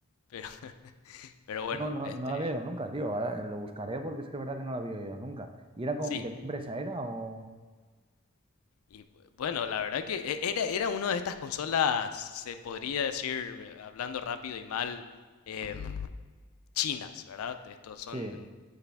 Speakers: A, on the left; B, on the right.
A: Pero, <laughs> pero bueno,
B: No, no,
A: este,
B: no lo había oído nunca, tío. Ahora lo buscaré porque es que es verdad que no lo había oído nunca. ¿Y era co-
A: sí.
B: de qué empresa era o...?
A: Y bu- bueno, la verdad que e- era, era una de estas consolas, se podría decir, eh, hablando rápido y mal, em, chinas, ¿verdad? Estos son,
B: Sí,